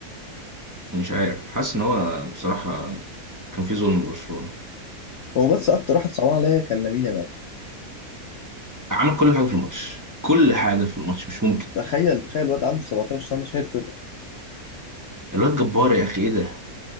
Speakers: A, on the right; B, on the left.
A: مش عارف حاسس ان هو بصراحة كان في ظلم لبرشلونة
B: هو بس أكتر واحد صعبان عليا كان لامين يامال
A: عمل كل حاجه في الماتش كل حاجه في الماتش مش ممكن
B: تخيل تخيل الواد عنده 17 سنة شايل فرقة
A: الواد جبار يا اخي ايه ده